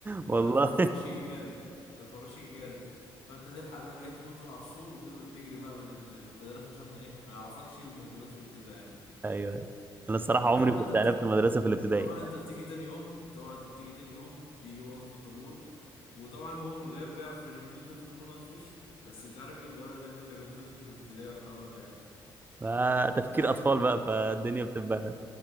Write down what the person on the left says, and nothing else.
فاهم فالفراش يجري فالفراش يجري فأنت تلحق بقى إيه تنط من على السور وتجري بقى من ال- من المدرسة عشان ما إيه ما يعرفكش وما يجيبكش وكده يعني
وطبعا
انت بتيجي
طبعا انت بتيجي تاني يوم طبعا انت بتيجي تاني يوم يجي برضه في الطابور وطبعا هو من الغياب بيعرف ان مين اللي طفش ومين اللي مطفش بس مش عارف ايه الغباء ده ان انت كنت تطفش في الابتدائي والحوار ده يعني